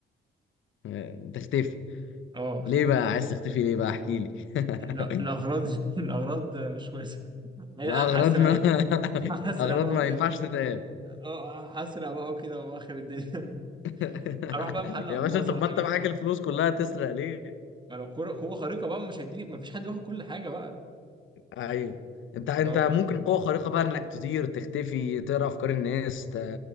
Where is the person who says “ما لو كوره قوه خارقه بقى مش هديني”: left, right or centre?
Right